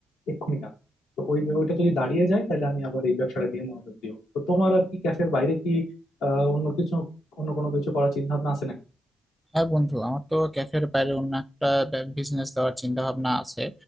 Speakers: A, on the left; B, in the centre.
A: এক্ষুনি না তো ওই ওইটা যদি দাঁড়িয়ে যায় তাহলে আমি আবার এই ব্যবসাটা দিয়ে মনোযোগ দিব তো তোমার আর কি ক্যাফের বাইরে কি আহ অন্য কিছু অন্য কোনো কিছু করার চিন্তা ভাবনা আছে নাকি
B: হ্যাঁ বন্ধু আমার তো ক্যাফের বাইরে অন্য একটা বিজনেস দেওয়ার চিন্তা ভাবনা আছে